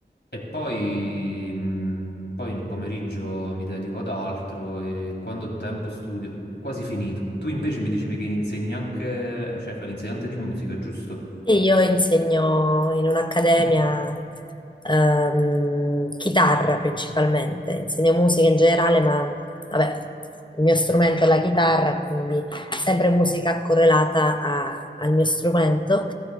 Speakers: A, on the left; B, on the left.
A: E poi, mh, poi nel pomeriggio mi dedico ad altro e quando ho tempo studio, quasi finito. Tu invece mi dicevi che insegni anche, cioè fai l'insegnante di musica, giusto?
B: E io insegno in un'accademia ehm, chitarra principalmente, insegno musica in generale, ma vabbè, il mio strumento è la chitarra, quindi sempre musica correlata a- al mio strumento.